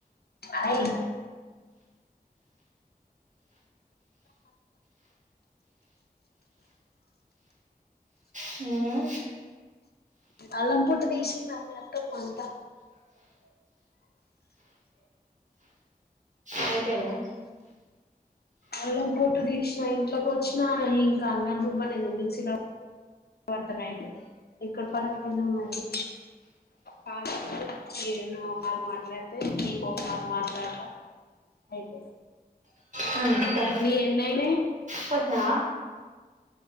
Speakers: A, on the left; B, on the right.
A: అయి
B: హ్మ్
A: అలంపుూట దసి అత్తమ అంతా
B: అయిపోయింద
A: అల్లం పొట్టు తీసినా ఇంట్లోకి వచ్చినా ఇంకా అల్లాం రుబ్బలేద మిక్సిలో పడతన, ఎక్కడ పడకునే ఉన్నది కాన్నో ఒక కాళ మాట్లాడితే నీకు ఒక కాళ మాట్లాడతా అయితే
B: హ్మ్ పో
A: నీ ఎన్నయిన
B: పోసినావా